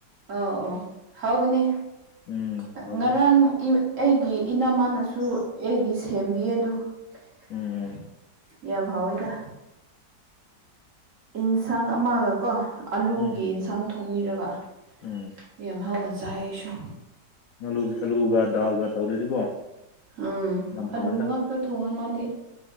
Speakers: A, on the right; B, on the left.
A: ꯑꯧ ꯑꯣ ꯍꯥꯎꯒꯅꯤ
B: ꯎꯝ ꯍꯥꯎꯕꯅꯤ
A: ꯉꯔꯥꯡ ꯏ ꯑꯩꯒꯤ ꯏꯅꯝꯃꯅꯁꯨ ꯑꯩꯒꯤ ꯁꯦꯝꯕꯤꯌꯦ ꯑꯗꯨ <unintelligible>
B: ꯎꯝ
A: ꯌꯥꯝ ꯍꯥꯎꯋꯦꯗ ꯏꯟꯁꯥꯡ ꯑꯃꯒ ꯀꯣ ꯑꯂꯨꯒꯤ
B: ꯎꯝ
A: ꯏꯟꯁꯥꯡ ꯊꯣꯡꯕꯤꯔꯒ <unintelligible>
B: ꯎꯝ
A: ꯌꯥꯝ ꯍꯥꯎꯅ ꯆꯥꯏ ꯑꯩꯁꯨ
B: ꯑꯂꯨ ꯑꯂꯨꯒ ꯗꯥꯜꯒ ꯇꯧꯔꯗꯤꯀꯣ
A: ꯎꯝ
B: ꯌꯥꯝ
A: ꯑꯂꯨ
B: ꯍꯥꯎꯋꯦꯗ
A: ꯉꯥꯛꯇ ꯊꯣꯡꯉꯦ ꯃꯥꯗꯤ꯫